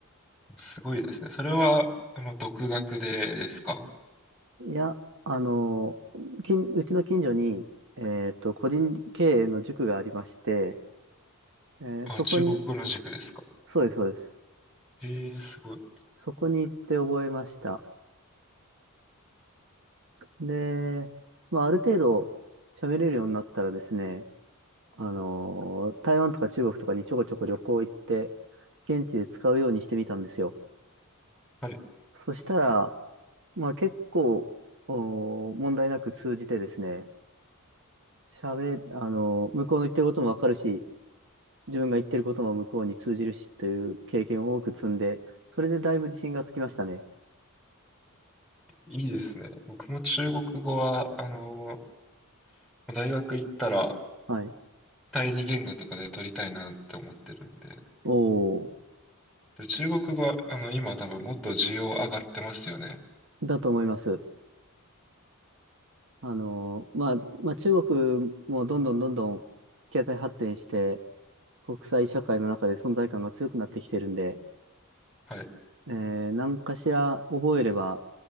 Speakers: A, in the centre; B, on the right (about 60°).
A: ー。すごいですね。それは、あの、独学でですか
B: いや、あの、近うちの近所に、えっと、個人経営の塾がありまして、えーそこに、
A: あ、中国語の塾ですか
B: そうです、そうです。
A: ええすごい。
B: そこに行って覚えました。で、まあ、ある程度喋れるようになったらですね、あの、台湾とか中国とかにちょこちょこ旅行行って、現地で使うようにしてみたんですよ。
A: はい。
B: そしたら、まあ結構、お問題なく通じてですね、喋、あの、向こうの言ってることもわかるし、自分が言ってることも向こうに通じるしという経験を多く積んで、それでだいぶ自信がつきましたね。
A: いいですね。僕も中国語は、あの、大学行ったら、
B: はい。
A: 第二言語とかで取りたいなって思ってるんで。
B: おお
A: で、中国語は、あの、今多分もっと需要上がってますよね。
B: だと思います。あの、まあ、まあ中国もどんどんどんどん経済発展して、国際社会の中で存在感が強くなってきてるんで、
A: はい。
B: えー、何かしら覚えれば